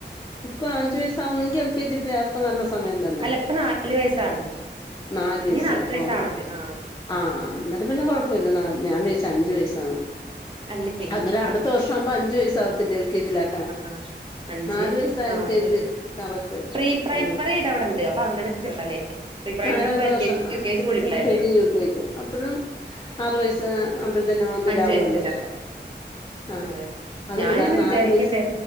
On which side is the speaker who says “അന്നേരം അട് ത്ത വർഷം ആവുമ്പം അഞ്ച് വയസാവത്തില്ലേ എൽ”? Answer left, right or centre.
Left